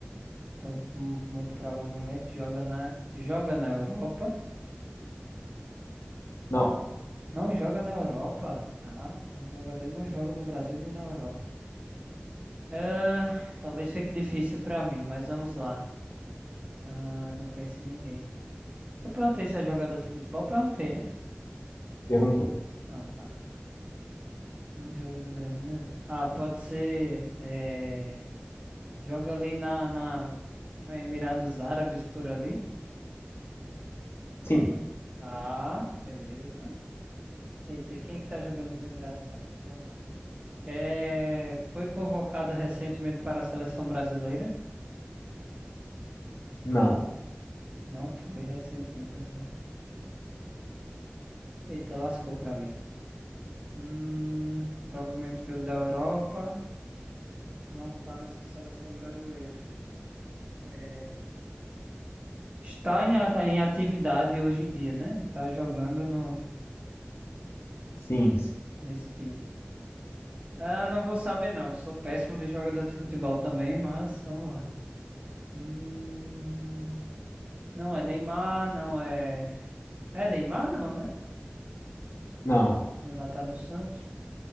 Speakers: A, on the right; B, on the left.
A: Então, mu- muito provavelmente joga na, joga na Europa.
B: não.
A: Não joga na Europa, tá? É um jogador e não joga no Brasil nem na Europa. Ah, talvez fique difícil pra mim, mas vamos lá. Ah, não pense em ninguém. Eu perguntei se é jogador de futebol, perguntei, né?
B: Perguntou.
A: Ah, tá. Não joga no Brasil, né? velho? Ah, pode ser. eh, Joga ali na, na como é, Emirados Árabes por ali.
B: Sim,
A: Tá, beleza. Eita, quem é que tá jogando nos Emirados Árabes? Vamos lá. É... Foi convocado recentemente para a seleção brasileira?
B: não.
A: Não foi recentemente na seleção. Eita, lascou pra mim. Hum, provavelmente veio da Europa, não tá nessa seleção brasileira. É, está em, a- em atividade hoje em dia, né? Tá jogando no,
B: Sim, sim.
A: nesse time. Ah, não vou saber não, sou péssimo de jogador de futebol também, mas vamos lá. Hum, não é Neymar, não é... É Neymar não, né?
B: Não.
A: Neymar tá no Santos.